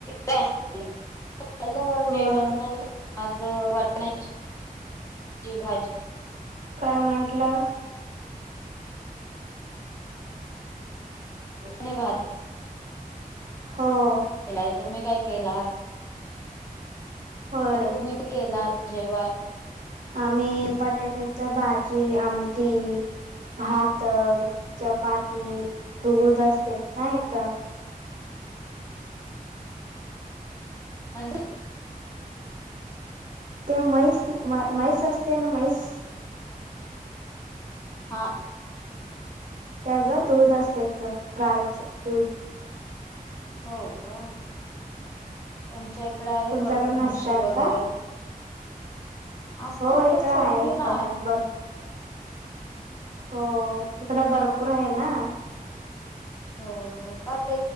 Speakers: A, on the left; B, on the right.
A: <unintelligible> झाल
B: होय
A: जेवण <unintelligible> आज वटाण्याची भाजी
B: काय म्हटला? हुं.
A: आणि भात.
B: हो.
A: नाही तुम्ही काय केलात?
B: होय
A: तुम्ही काय केलात जेवाय?
B: आम्ही बटाट्याच भाजी, आमटी भात, चपाती, दूध असतेत ना इकडं.
A: <unintelligible>
B: ते मैस मैस असते ना मैस
A: हा.
B: त्याच दूध असत, गायच दूध.
A: हो का? तुमच्या इकडे आहेत
B: तुमच्याकडे
A: वाटतं म्हशी
B: नसतय
A: वगैरे.
B: का
A: असतात
B: हो,
A: पण
B: इकडे
A: सगळी
B: आहेत
A: नाही.
B: बघा, बर हो, इकड भरपूर आहे ना.
A: हो हो का? ते